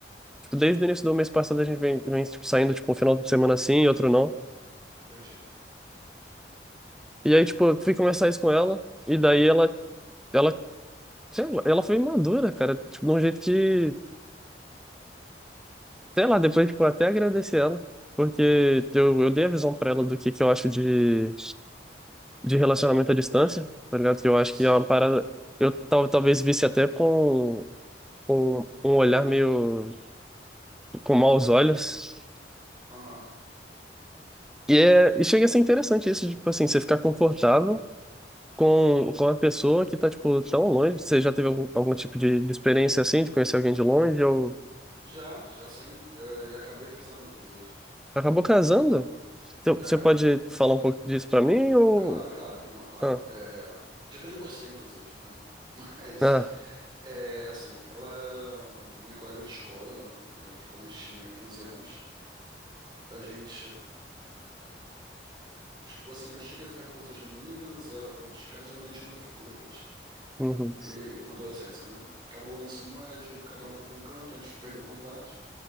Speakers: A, in the centre; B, on the right (about 25°).
A: Tipo, desde o início do mês passado a gente vem, vem tipo, saindo, tipo, um final de semana assim e outro não.
B: entendi.
A: E aí, tipo, eu fui conversar isso com ela, e daí ela, ela, sei lá, ela foi madura, cara, tipo, de um jeito que, sei lá, depois, tipo, até agradeci ela, porque eu, eu dei a visão pra ela do que, que eu acho de de relacionamento à distância, tá ligado? Que eu acho
B: Sim,
A: que é uma parada. Eu tal, talvez visse até com, com um olhar meio com maus olhos.
B: aham.
A: E, é, e chega a ser interessante isso, tipo assim, você ficar confortável com, com a pessoa que tá, tipo, tão longe. Você já teve algum, algum tipo de, de experiência assim, de conhecer alguém de longe, ou
B: Já, já sim. É, e acabei casando, inclusive.
A: acabou casando? Você você
B: É,
A: pode falar um pouco disso pra mim, ou...
B: claro, claro, não, claro.
A: Ah,
B: É, já até divorciei, inclusive, né? <laughs> Mas.
A: ah,
B: É, assim, ela era minha colega de escola, aí quando a gente tinha 15 anos. A gente, é, tipo assim, eu cheguei a ficar com outras meninas, ela com outros caras, mas a gente nunca ficou os dois.
A: uhum,
B: E, na adolescência, né? Acabou o ensino médio, cada um foi para um canto, a gente perdeu o contato.